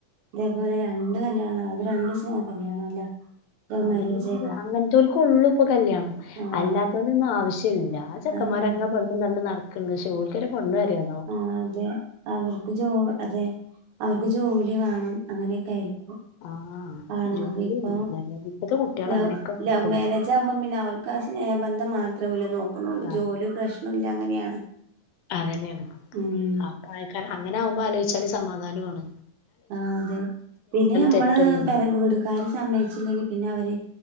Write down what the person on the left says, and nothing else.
അതി
അങ്ങനത്തൽക്കൊള്ളു ഇപ്പൊ കല്യാണം.
അല്ലാത്തോലൊന്നാവിശ്യല്ല. ആ ചക്കന്മാർങ്ങെ
പെണ്ടും കണ്ടും നട <unintelligible> ശോൽക്കൊരു പെണ്ണ് വര <unintelligible>
ആ
ജോലിയും
വിദ്യാഭ്യാസം ഇപ്പത്തെ കുട്ടികള്
അങ്ങനെയൊക്കെ നോക്ക്ണ്ട്
ആ
അതന്നെയാണ്.
ആക്ക അങ്ങനെ ആകുമ്പോ ആലോചിച്ചാല് സമാധാനം ആണ്.
തെറ്റൊന്നുമില്ല